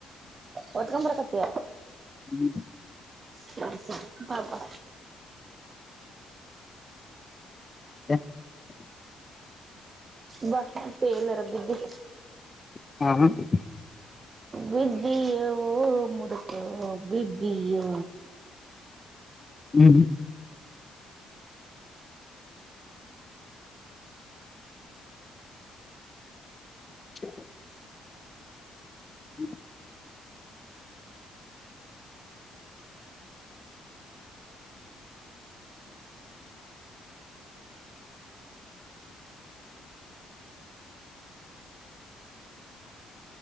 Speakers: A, on the right; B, on the left.
A: ಹೊತ್ತಕೊಂದ ಬರಾಕತ್ತಿಯ
B: ಹ್ಮ.
A: ಸರೀ ಸರಿ ಬಾ ಬಾ
B: <inaudible>
A: ಬಾ ತೆಲರಿ ಬಿದ್ದಿ.
B: <unintelligible>
A: ಬಿದ್ದಿಯೋ ಮುದಕೋ ಬಿದ್ದಿಯೋ
B: ಹ್ಮ. <unintelligible> ಹ್ಮ.